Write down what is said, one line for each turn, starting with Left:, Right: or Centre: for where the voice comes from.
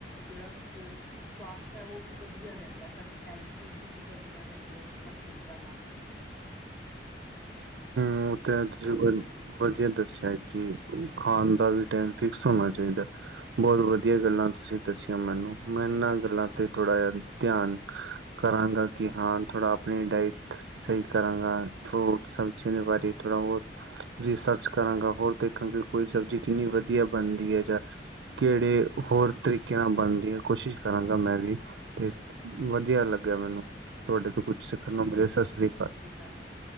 Centre: ਜੇੜਾ ਅਹ ਸਵਾਸਥ ਐ ਓ ਵੀ ਵਧੀਆ ਰੈਂਦੈ ਸਾਡੀ ਹੈਲਥ ਵੀ ਕਿੰਨੀ ਵਧੀਆ ਰੈਂਦੀ ਐ, ਇਨ ਸਭ ਚੀਜ਼ਾਂ ਨਾਲ
Right: ਓ ਤਾਂ ਤੁਸੀਂ ਵਧੀਆ ਦੱਸਿਆ ਕਿ ਖਾਣ ਦਾ ਵੀ ਟਾਈਮ ਫਿਕਸ ਹੋਣਾ ਚ ਚਾਈਦਾ ਬਹੁਤ ਵਧੀਆ ਗੱਲਾਂ ਤੁਸੀਂ ਦੱਸੀਆਂ ਮੈਨੂੰ ਮੈਂ ਏਨਾਂ ਗੱਲਾਂ ਤੇ ਥੋੜ੍ਹਾ ਜਿਹਾ ਧਿਆਨ ਕਰਾਂਗਾ। ਕਿ ਹਾਂ ਥੋੜ੍ਹਾ ਆਪਣੀ ਡਾਇਟ ਸਈ ਕਰਾਂਗਾ। ਫਰੂਟ ਸਬਜ਼ੀਆਂ ਦੇ ਬਾਰੇ ਥੋੜਾ ਹੋਰ ਰਿਸਰਚ ਕਰਾਂਗਾ, ਹੋਰ ਦੇਖਾਂਗੇ ਕੋਈ ਸਬਜ਼ੀ ਕਿੰਨੀ ਵਧੀਆ ਬਣਦੀ ਹੈ, ਜਾਂ
Centre: ਹ
Right: ਕੇੜੇ ਹੋਰ ਤਰੀਕੇ ਕਿ ਨਾ ਬਣਦੀ ਹੈ ਕੋਸ਼ਿਸ਼ ਕਰਾਂਗਾ। ਮੈਂ ਵੀ ਤੇ ਵਧੀਆ ਲੱਗਿਆ। ਮੈਨੂੰ ਤੁਆਡੇ ਤੋਂ ਕੁੱਛ ਸਿੱਖਣ ਨੂੰ ਮਿਲਿਆ ਸਸ ਸ੍ਰੀ ਅਕਾਲ।
Centre: ਤਾਹੀ।